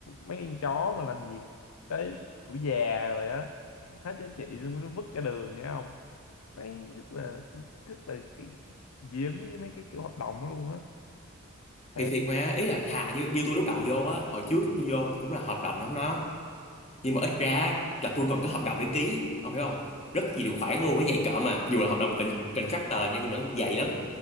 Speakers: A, on the left; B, on the left.
A: mấy con chó mà làm việc tới tuổi già rồi á hết giá trị xong nó vứt cả đường nghe không mấy rất là rất là cái dính với mấy cái kiểu hợp đồng đó luôn á thiệt
B: thì thiệt mà ý là thà như như tôi lúc đầu vô á hồi trước tôi vô tôi cũng là hợp đồng giống nó nhưng mà ít ra là tôi còn có hợp đồng để ký ông hiểu không rất nhiều điều khoản luôn nó dày cỡ mà dù là hợp đồng con- contractor nha nhưng mà nó dày lắm